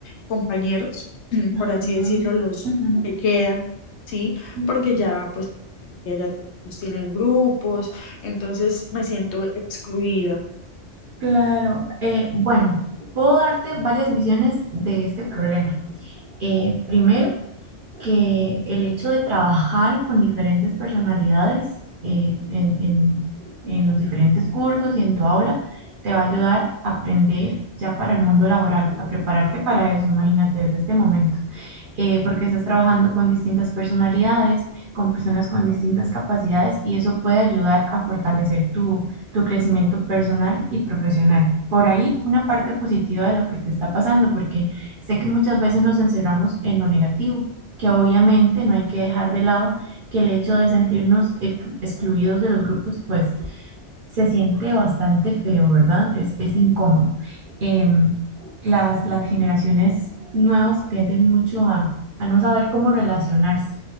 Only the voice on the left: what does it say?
compañeros, <clears throat>
por así decirlo, los
que quedan, ¿sí?
Porque ya pues ya ya todos tienen grupos, entonces me siento excluida.